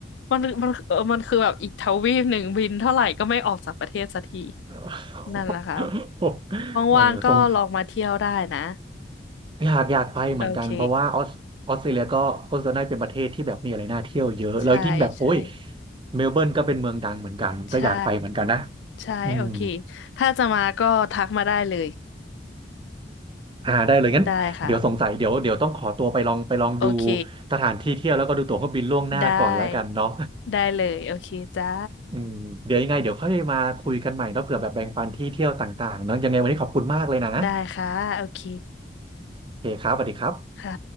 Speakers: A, on the left; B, on the right.
A: มันมันเออมันคือแบบอีกทวีปหนึ่งบินเท่าไหร่ก็ไม่ออกจากประเทศสักที
B: <laughs>
A: นั่นแหละค่ะ
B: เออทรง
A: ว่างๆก็ลองมาเที่ยวได้นะ
B: อยากอยากไปเหมือนกันเพราะว่าออสออสเตรเลียก็ก็จะได้เป็นประเทศที่แบบมีอะไรน่าเที่ยวเยอะแล้วยิ่งแบบโอ้ย
A: โอเคใช่ใช่
B: เมลเบิร์นก็เป็นเมืองดังเหมือนกันก็อยากไปเหมือนกันนะ
A: ใช่ใช่โอเค
B: อืม
A: ถ้าจะมาก็ทักมาได้เลย
B: อ่าได้เลยงั้นเดี๋ยวสงสัยเดี๋ยวเดี๋ยวต้องขอตัวไปลองไปลองดู
A: ได้ครับโอเค
B: สถานที่เที่ยวแล้วก็ดูตั๋วเครื่องบินล่วงหน้าก่อนแล้วกันเนาะ
A: ได้ได้เลยโอเคจ้า
B: อืมเดี๋ยวยังไงเดี๋ยวค่อยมาคุยกันใหม่เนาะเผื่อแบบแบ่งปันที่เที่ยวต่างๆเนาะยังไงวันนี้ขอบคุณมากเลยนะ
A: ได้ค่ะโอเค
B: โอเคครับสวัสดีครับ
A: ค่ะ